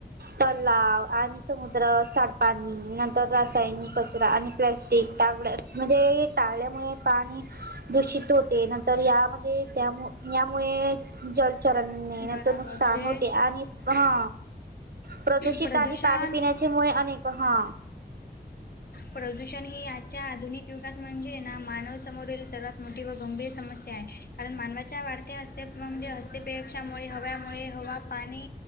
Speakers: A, on the right (about 60°); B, on the left (about 60°).
A: तलाव आणि समुद्र साडपाणी नंतर रासायनिक कचरा आणि प्लॅस्टिक दगड म्हणजे टाळल्यामुळे पाणी दूषित होते नंत तर यामध्येणजे त्यामु यामुळे जलचरणने
B: बराबर
A: न तर नुकसान
B: म्हणजे
A: होते आणि हा प्रदूषित
B: प्रदूषण
A: आणि पाणी पिण्याच्या मु अनेक हा
B: प्रदूषण ही आजच्या आधुनिक युगात म्हणजे ना मानवसमोरील सर्वात मोठी व गंभीर समस्या आहे कारण मानवाच्या वाढत्या हस्ते्या म्हणजे हस्तेपेक्षामुळे हव्यामुळे हवा पाणी